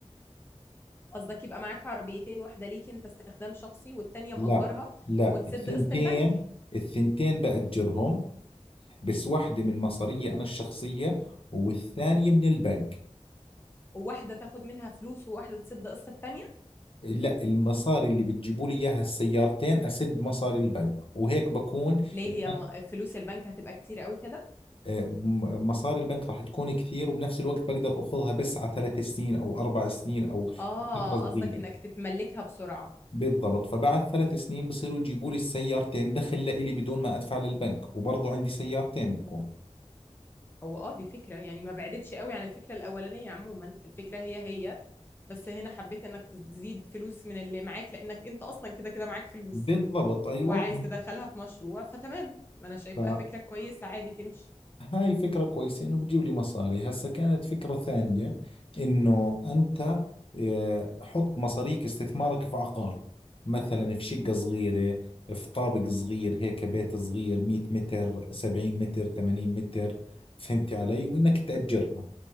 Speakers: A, on the left; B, on the left.
A: قصدك يبقى معاك عربيتين واحده ليك انت استخدام شخصي والتانيه
B: لا
A: مأجرها
B: لا
A: وتسد
B: الثنتين
A: قسط البنك
B: الثنتين بأجرهم بس واحدة من مصارية أنا الشخصية والثانية من البنك
A: وواحده تاخد منها فلوس وواحده تسد قسط التانيه
B: لا المصاري اللي بتجيبوا لي إياها السيارتين أسد مصاري البنك وهيك بكون
A: ليه
B: البنك
A: هي م- فلوس البنك هتبقى كتير قوي كده
B: آه، م- مصاري البنك راح تكون كثير وبنفس الوقت بقدر أخذها بس على ثلاث سنين أو أربع سنين أو
A: اه
B: فترة صغيرة
A: قصدك انك تتملكها بسرعه
B: بالضبط فبعد ثلاث سنين بصيروا يجيبوا لي السيارتين دخل لإلي بدون ما أدفع للبنك وبرضو عندي سيارتين بكون
A: هو اه دي فكره يعني ما بعدتش قوي عن الفكره الاولانيه عموما الفكره هي هي بس هنا حبيت انك تزيد فلوس من اللي معاك لانك انت اصلا كده كده معاك فلوس
B: بالضبط أيوة
A: وعايز تدخلها في مشروع فتمام ما انا شايفاها
B: آه.
A: فكرة كويسة عادي تمشي
B: هاي فكرة كويسة إنه بتجيب لي مصاري هسا كانت فكرة ثانية إنه أنت آه، حط مصاريك استثمارك في عقار مثلا في شقة صغيرة في طابق صغير هيك بيت صغير 100 متر 70 متر 80 متر فهمتي علي وإنك تأجرها